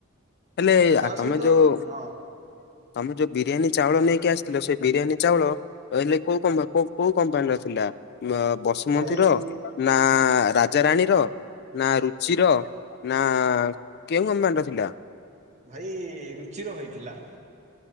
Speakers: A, on the left; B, on the right.
A: ହେଲେ
B: ଆଉ ତା
A: ଆ-ତମେ
B: ସହିତ
A: ଯୋଉ
B: ହଁ
A: ତମେ ଯୋଉ ବିରିୟାନୀ ଚାଉଳ ନେଇକି ଆସିଥିଲ ସେ ବିରିୟାନୀ ଚାଉଳ। ତାହେଲେ କଉ କମ୍ବା କଉ କୋଉ କମ୍ପାନୀର ଥିଲା, ନାଁ ବସୁମତୀ
B: ଭାଇ
A: ର ଉଁ। ନା ରାଜାାରାଣୀର। ନା ରୁଚିର ନା କେଉଁ ଅମ୍ପାନୀ ର ଥିଲା।
B: ଭାଇ ରୁଚିର ହଇଥିଲା।